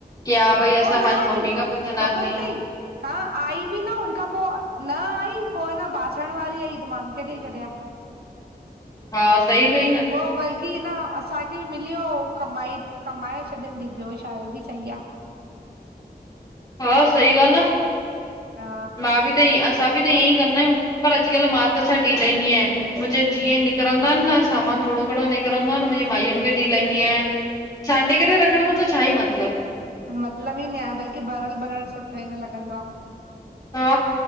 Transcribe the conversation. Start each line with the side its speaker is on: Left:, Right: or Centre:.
Left: की हा भई
Right: पो
Left: असां
Right: न
Left: पंहिंजी
Right: आई
Left: मम्मी खां पुछंदासीं
Right: ख़बर थई हा आई बि न हुनखां पो न आई पो हन बासण वारी आई त मां हुन हुनखे ॾेई छॾियां।
Left: हा सईी कई न।
Right: उह बल्की न असांखे बि मिली वियो ऐं कमाए कमाए छॾींदी ॿियो छा हे बि सही आ।
Left: हा सही ॻाल्हि आ
Right: हा
Left: मां बि त ईअ असां बि त ईअं ई कंदा आहियूं। पर अॼकल्ह मां त छा ॾी लाईंदी आहियां मुंहिंजे जीअं निकिरंदा आहिन न सामान थोड़ो घणो निकरंदो आहे न मुंहिंजी
Right: हम्म
Left: मायूंन खे ॾीलाईंदी आहियां सांडे करे रखण मथ छा ई मतिलब।
Right: मतलब ई न आहे बल्कि ॿरियल ॿरियल सुठो ई न लॻंदो आ।
Left: हा